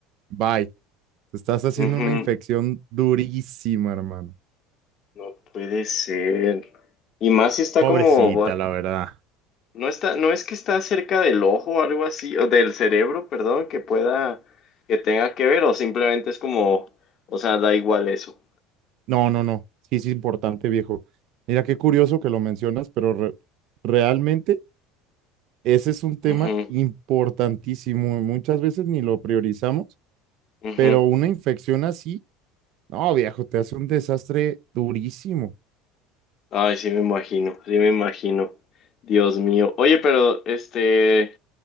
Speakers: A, on the right (about 60°); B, on the left (about 45°).
A: bye. Te estás haciendo
B: ujú.
A: una infección durísima, hermano.
B: No puede ser. Y más si está
A: Pobrecita,
B: como, vol-
A: la verdad.
B: no está, no es que está cerca del ojo o algo así, o del cerebro, perdón, que pueda, que tenga que ver, o simplemente es como, o sea, da igual eso.
A: No, no, no. Sí, es importante, viejo. Mira, qué curioso que lo mencionas, pero re- realmente ese es un tema
B: Ujú,
A: importantísimo. Muchas veces ni lo priorizamos,
B: ujú.
A: pero una infección así, no, viejo, te hace un desastre durísimo.
B: Ay, sí me imagino, sí me imagino. Dios mío. Oye, pero este,